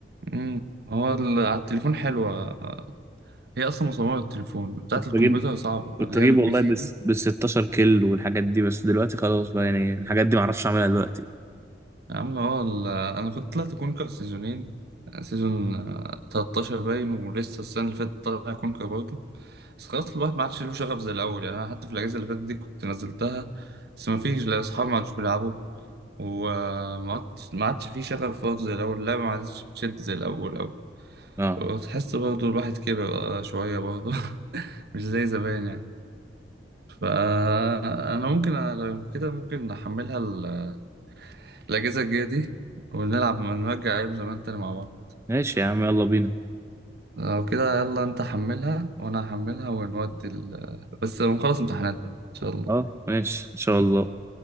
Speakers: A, on the right (about 60°); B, on the right (about 15°).
A: امم هو ال- على التليفون حلوة هي اصلا مصممة للتليفون بتاعة
B: كنت
A: الكمبيوتر
B: بجيب
A: صعبة
B: كنت
A: اللي
B: بجيب
A: هي البي
B: والله
A: سي
B: بس
A: دي
B: بال 16 كيل والحاجات دي بس دلوقتي خلاص بقى يعني الحاجات دي معرفش اعملها دلوقتي
A: يا عم اه ال- انا كنت طلعت كونكر سيزونين سيزون آه، 13 باين ولسه السنه اللي فاتت طالع كونكر برضه بس خلاص الواحد ما عادش له شغف زي الاول يعني انا حتى في الاجازه اللي فاتت دي كنت نزلتها بس ما فيش لا اصحابي ما عادش بيلعبوا وما عادش ما عادش في شغف برضه زي الاول اللعبه ما عادش بتشد زي الاول أوي
B: اه
A: وتحس برضه الواحد كبر آه، شويه برضه <laughs> مش زي زمان يعني فانا ممكن أ- لو كده ممكن نحملها ال- الاجازه الجايه دي ونلعب نرجع ايام زمان تاني مع بعض
B: ماشي يا عم يلا بينا
A: لو كده يلا انت حملها وانا هحملها ونودي ال... بس نخلص امتحاناتنا ان شاء الله
B: اه ماشي ان شاء الله